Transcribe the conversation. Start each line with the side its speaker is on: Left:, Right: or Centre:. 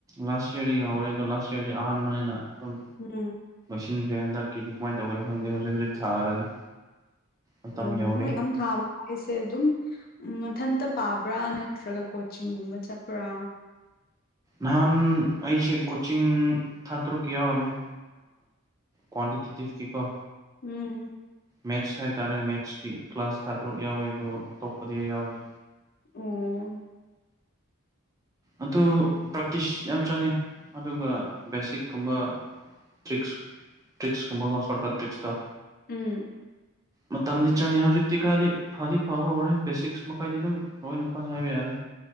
Right: ꯂꯥꯁ ꯏꯌꯥꯔꯗꯒꯤ ꯍꯧꯔꯦ ꯑꯗꯣ ꯂꯥꯁ ꯏꯌꯥꯔꯗꯤ ꯑꯍꯥꯟꯕꯅꯦꯅ ꯑꯗꯨꯝ
Left: ꯎꯝ
Right: ꯆꯤꯟꯈ꯭ꯔꯦ ꯍꯟꯗꯛꯀꯤꯗꯤ ꯀꯃꯥꯏꯅ ꯇꯧꯒꯦꯅ ꯈꯪꯗꯦ ꯍꯧꯖꯤꯛ ꯍꯧꯖꯤꯛ ꯊꯥꯔꯅꯤ ꯃꯇꯝ
Left: ꯑꯣ
Right: ꯌꯧꯔꯦ
Left: ꯅꯣꯏꯝ ꯊꯥꯕ ꯑꯩꯁꯦ ꯑꯗꯨꯝ ꯎꯝ ꯃꯊꯟꯇ ꯄꯥꯕ꯭ꯔꯥ ꯅꯠꯇ꯭ꯔꯒ ꯀꯣꯆꯤꯡꯒꯨꯝꯕ ꯆꯠꯄ꯭ꯔꯥ
Right: ꯅꯍꯥꯟ ꯑꯩꯁꯦ ꯀꯣꯆꯤꯡ ꯊꯥ ꯇꯔꯨꯛꯀꯤ ꯌꯥꯎꯔꯝꯃꯦ ꯀ꯭ꯋꯥꯟꯇꯤꯇꯤꯤꯚ ꯀ ꯀꯣ
Left: ꯎꯝ
Right: ꯃꯦꯠꯁ ꯍꯥꯏꯇꯥꯔꯦ ꯃꯦꯠꯁꯀꯤ ꯀ꯭ꯂꯥꯁ ꯊꯥ ꯇꯔꯨꯛ ꯌꯥꯎꯋꯦ ꯑꯗꯨꯣ ꯑꯇꯣꯞꯄꯗꯤ ꯑꯩ ꯌꯥꯎꯗꯦ
Left: ꯑꯣ
Right: ꯑꯗꯨ ꯄ꯭ꯔꯦꯛꯇꯤꯁ ꯌꯥꯝ ꯆꯪꯉꯦ ꯑꯗꯨꯒ ꯕꯦꯁꯤꯛꯀꯨꯝꯕ ꯇꯔꯤꯛ ꯇ꯭ꯔꯤꯛꯁꯀꯨꯝꯕꯀꯣ ꯁꯣꯔꯀꯠ ꯇꯔꯤꯛꯁꯇ
Left: ꯎꯝ
Right: ꯃꯇꯝꯗꯤ ꯆꯪꯉꯦ ꯍꯧꯖꯤꯛꯇꯤ ꯈꯔꯗꯤ ꯐꯗꯤ ꯐꯕ ꯍꯧꯔꯦ ꯕꯦꯁꯤꯛꯁ ꯃꯈꯥꯏꯗꯤ ꯑꯗꯨꯝ ꯂꯣꯏꯅ ꯈꯪꯉꯦ ꯍꯥꯏꯕ ꯌꯥꯔꯦ